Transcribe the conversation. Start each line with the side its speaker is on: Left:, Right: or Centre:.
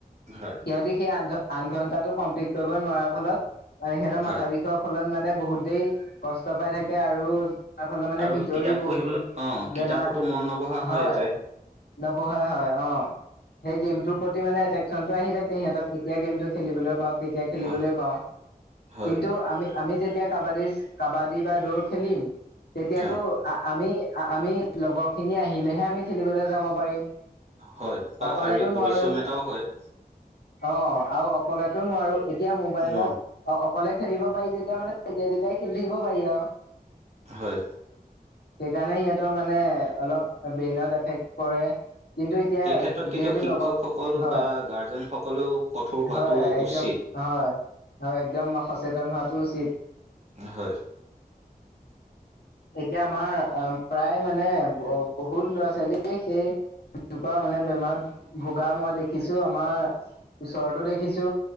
Right: হয়
Left: সিহঁতি সেই আঠ আঠ ঘন্টাটো কমপ্লিট কৰিব নোৱাৰাৰ ফলত আহ' সিহঁতৰ
Right: হয়
Left: মাথা বিষ ৰ ফলত মানে বহুতেই কষ্ট পাই থাকে। আৰু তাৰ ফালে মানে
Right: আৰু
Left: ভিতৰি
Right: কিতাপ
Left: বহু
Right: পঢ়িবলৈ অ
Left: বেমাৰ
Right: কিতাপতো মন নবহা
Left: হয়।
Right: হৈ যায়
Left: নবহে হয় অঁ, সেই গেমটোৰ প্ৰতি মানে এট্ৰেকশচনটো আহি থাকে সিহঁতক কেতিয়া গেমটো খেলিবলৈ পাওঁ কেতিয়া খেলিবলৈ
Right: হয়
Left: পাওঁ।
Right: হয়
Left: কিন্তু আমি আমি যেতিয়া কাবাডী, কাবাডী বা দৌৰ খেলিম তেতিয়াতো
Right: হয়
Left: আমি, আমি লগৰখিনি আহিলেহে আমি খেলিবলৈ যাব পাৰিম।
Right: হয় বা
Left: অকলেতো
Right: শাৰীৰিক
Left: নোৱাৰো
Right: পৰিশ্ৰম এটাও হয়।
Left: অ' আৰু অকলেতো নোৱাৰোঁ এতিয়া মোবাইলত
Right: ন
Left: অ' অকলে খেলিব পাৰি যেতিয়া মানে তেতিয়াই তেতিয়াই খেলি থাকিব পাৰি আৰু।
Right: হয়।
Left: সেইকাৰণে সিহঁতৰ মানে অলপ ব্ৰেইনত এফেক্ট কৰে। কিন্তু এতিয়া
Right: এই ক্ষেত্ৰত কিন্তু
Left: যিহেতু
Right: শিক্ষকসকল
Left: লগৰ হয়
Right: বা গাৰ্জেনসকলেও কঠোৰ হোৱাটো
Left: হয় একদম
Right: উচিত।
Left: হয় হয়, একদম সচেতন হোৱাটো উচিত।
Right: হয়
Left: এতিয়া আমাৰ আহ প্ৰায় মানে বহুত ল'ৰা ছোৱালী সেই এনেকুৱা মানে বেমাৰত ভোগা মই দেখিছো আমাৰ ওচৰতো দেখিছো